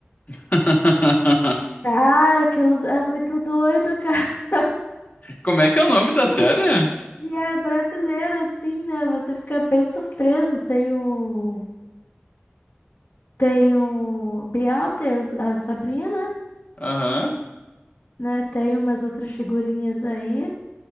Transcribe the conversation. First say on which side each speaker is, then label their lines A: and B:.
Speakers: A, on the left (about 40°); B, on the left (about 60°).
A: <laughs>
B: Cara, aquilo é muito doido, cara. <laughs>
A: Como é que é o nome da
B: E
A: série?
B: é e é brasileiro, assim, né? Você fica bem surpreso. Tem o. Tem o Bial, tem a a Sabrina.
A: Aham.
B: né? Tem umas outras figurinhas aí.